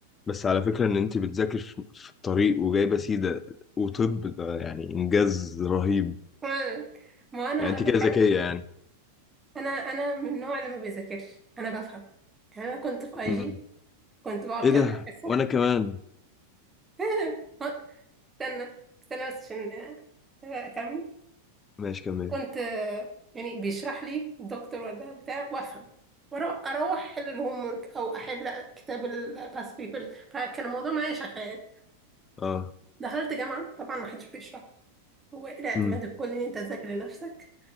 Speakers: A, on the left (about 20°); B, on the right (about 15°).
A: بس على فكره ان انت بتذاكر في في الطريق وجايبه سيده وطب ده يعني انجاز رهيب
B: ما ما انا
A: يعني
B: هقول
A: انت كده
B: لك
A: ذكيه
B: حاجة
A: يعني
B: انا انا من النوع اللي ما بيذاكرش انا بفهم يعني انا كنت في اي
A: مم.
B: جي كنت بقعد
A: ايه
B: كده
A: ده
B: في الحصة
A: وانا كمان
B: <laughs> استنى استنى بس عشان اكمل
A: ماشي كمل
B: كنت آه، يعني بيشرح لي الدكتور ولا بتاع وافهم وأرو- اروح احل الهوم ورك او احل كتاب الباست بيبرز فكان الموضوع معايا شغال
A: اه
B: دخلت جامعه طبعا ما حدش بيشرح هو إيه الاعتماد
A: امم
B: الكلي ان انت تذاكر لنفسك